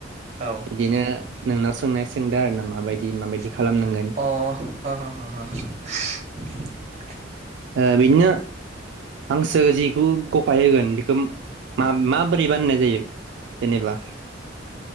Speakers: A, on the right; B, on the right.
A: औ
B: बिदिनो नोंनाव सोंनाय सोंदों आरो ना माबायदि माबायदि
A: अ'
B: खालामनांगोन
A: ह 'ह 'ह'।
B: ओ बिदिनो हांसो जिखौ गफाय होगोन बेखौमाबोरै बानायनाय जायो जेनेबा?